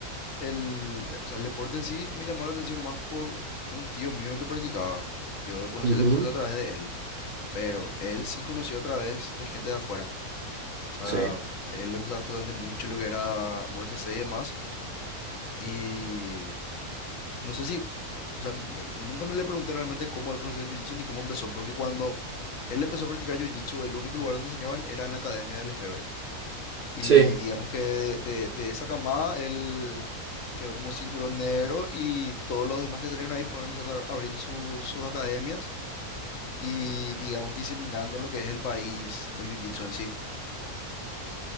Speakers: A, on the left; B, on the right.
A: el, o sea, el deporte en sí me llamó la atención más por un tío mío que practicaba. Yo conocí
B: Ujú,
A: el deporte a través de él, pero él sí conoció a través de gente de afuera. O sea,
B: Sí,
A: él le gustaba justamente mucho lo que era UFC y demás. Y no sé si, o sea, m- nunca me le pregunté realmente cómo él conoció el jiu-jitsu ni cómo empezó, porque cuando él empezó a practicar jiu-jitsu, el único lugar donde enseñaban era en la Academia del Efebre. Y
B: sí,
A: digamos que de, de- de esa camada él quedó como cinturón negro y todos los demás que salieron ahí fueron empezando a- abriendo su- sus academias y digamos diseminando lo que es el país, el jiu-jitsu en sí.